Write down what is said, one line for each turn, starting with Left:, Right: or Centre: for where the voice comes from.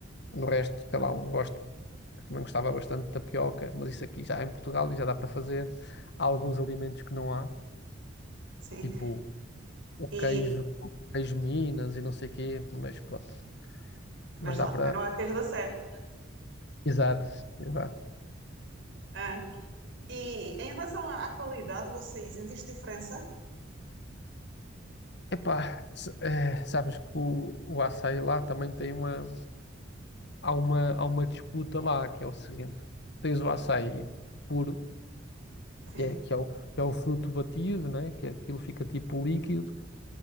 Left: o resto, sei lá, um gosto, também gostava bastante de tapioca, mas isso aqui já em Portugal e já dá para fazer. Há alguns alimentos que não há,
Right: sim.
Left: tipo o
Right: E,
Left: queijo, queijo Minas e não sei o quê, mas pronto,
Right: mas
Left: mas
Right: lá
Left: dá
Right: também
Left: para.
Right: não há queijo da serra.
Left: Exato, exato.
Right: Ah, e em relação à, à qualidade do açaí, sentiste diferença?
Left: Epá, s- eh, sabes que o, o açaí lá também tem uma, há uma, há uma disputa lá, que é o seguinte, tens o açaí puro,
Right: Sim.
Left: que é, que é o, que é o fruto batido, né? Que é, aquilo fica tipo líquido,